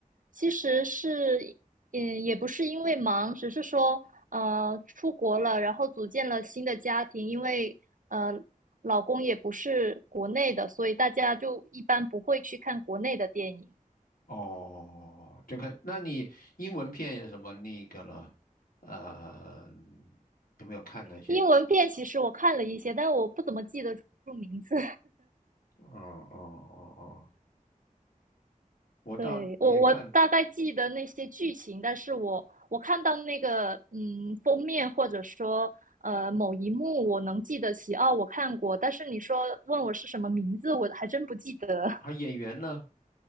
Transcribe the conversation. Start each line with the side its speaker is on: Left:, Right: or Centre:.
Right: 其实是，嗯，也不是因为忙，只是说，呃，出国了，然后组建了新的家庭，因为呃，老公也不是国内的，所以大家就一般不会去看国内的电影。
Left: 哦，就看，那你英文片有什么那个了？呃，有没有看那些？
Right: 英文片其实我看了一些，但我不怎么记得住名字。
Left: 哦哦哦哦，我倒也看，
Right: 对，我我大概记得那些剧情，但是我我看到那个嗯封面或者说呃某一幕，我能记得起哦，我看过。但是你说问我是什么名字，我还真不记得
Left: 还演员呢？